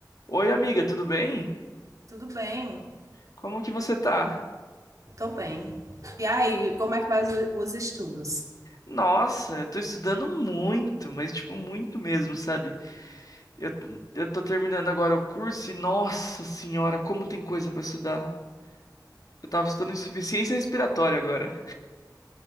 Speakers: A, on the left; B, on the right.
A: Oi, amiga, tudo bem?
B: Tudo bem,
A: Como que você tá?
B: tô bem. E aí, como é que vai os os estudos?
A: Nossa, eu tô estudando muito, mas tipo, muito mesmo, sabe? Eu, eu tô terminando agora o curso e, nossa senhora, como tem coisa pra estudar. Eu tava estudando insuficiência respiratória agora.